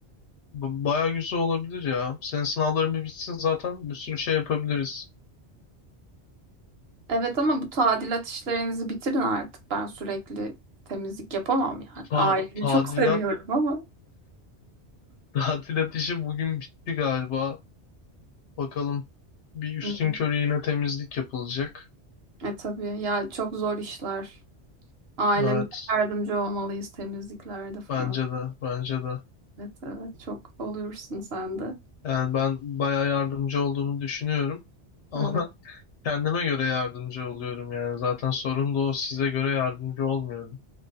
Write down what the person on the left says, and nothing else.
B- Baya güzel olabilir ya. Senin sınavların bir bitsin zaten bir sürü şey yapabiliriz.
Ta
tadilat,
<laughs> tadilat işi bugün bitti galiba. Bakalım bir üstün
körü yine temizlik yapılacak.
Evet,
bence de, bence de.
Yani ben bayağı yardımcı olduğumu düşünüyorum. Ama
<laughs> kendime göre yardımcı oluyorum yani. Zaten sorun da o, size göre yardımcı olmuyorum.